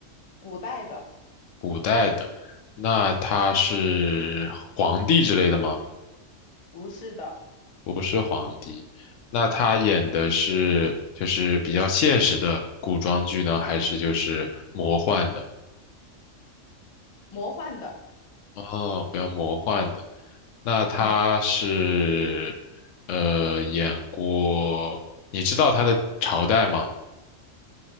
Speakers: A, on the left; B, on the left.
A: 古代的，
B: 古代的，那他是皇帝之类的吗？
A: 不是的，
B: 不是皇帝，那他演的是就是比较现实的古装剧呢，还是就是魔幻的？
A: 魔幻的，
B: 哦，比较魔幻的，那他是
A: 嗯，
B: 呃演过，你知道他的朝代吗？